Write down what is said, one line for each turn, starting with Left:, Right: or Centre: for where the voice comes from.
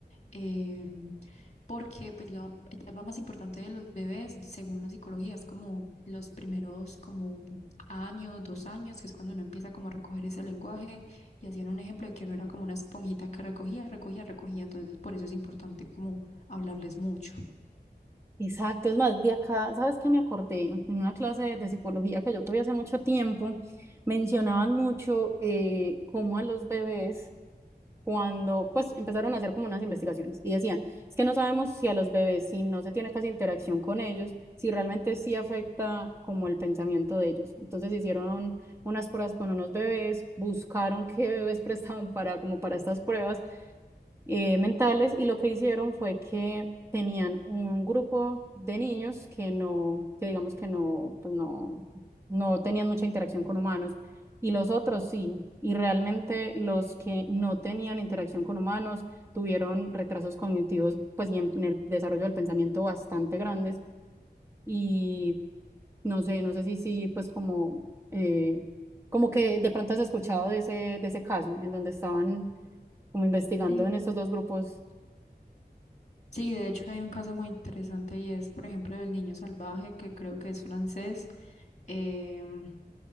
Left: em, porque pues la etapa más importante de los bebés, según la psicología, es como los primeros como años, dos años, que es cuando uno empieza como a recoger ese lenguaje y hacían un ejemplo de que uno era como una esponjita que recogía, recogía, recogía, entonces por eso es importante como hablarles mucho.
Right: Exacto, es más, de acá, ¿sabes qué me acordé? En una clase de, de psicología que yo tuve hace mucho tiempo, mencionaban mucho eh, cómo a los bebés cuando pues empezaron a hacer como unas investigaciones y decían, es que no sabemos si a los bebés, si no se tiene casi interacción con ellos, si realmente sí afecta como el pensamiento de ellos. Entonces hicieron unas pruebas con unos bebés, buscaron qué bebés <laughs> prestaban para como para estas pruebas eh, mentales y lo que hicieron fue que tenían un grupo de niños que no, que digamos que no, pues no, no tenían mucha interacción con humanos y los otros sí. Y realmente los que no tenían interacción con humanos tuvieron retrasos cognitivos, pues y en, en el desarrollo del pensamiento bastante grandes y no sé, no sé si sí, pues como... eh, Como que de pronto has escuchado de ese, de ese caso, en donde estaban como investigando
Left: Sí.
Right: en estos dos grupos
Left: Sí, de hecho hay un caso muy interesante y es, por ejemplo, del niño salvaje, que creo que es francés, em,